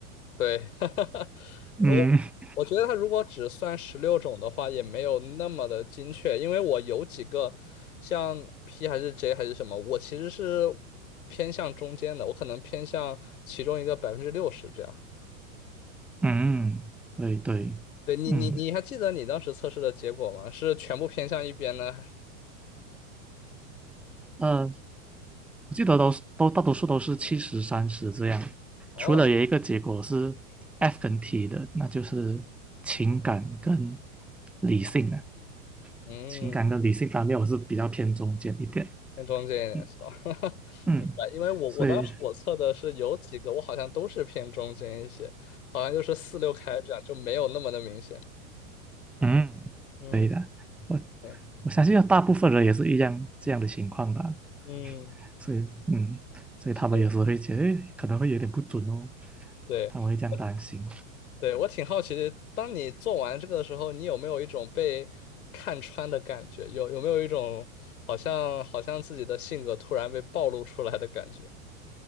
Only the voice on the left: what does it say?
对，<laughs>
我我觉得他如果只算十六种的话，也没有那么的精确，因为我有几个像 P 还是 J 还是什么，我其实是偏向中间的，我可能偏向其中一个百分之六十这样。
对你，
你你还记得你当时测试的结果吗？是全部偏向一边呢？还
哦，
嗯，
偏中间一点是吧？
<laughs>
明白，因为我我当时我测的是有几个，
我好像都是偏中间一些，好像就是四六开这样，就没有那么的明显。
嗯
嗯
嗯，
是的，
对，
我对我挺好奇的，当你做完这个的时候，你有没有一种被看穿的感觉？有有没有一种好像好像自己的性格突然被暴露出来的感觉？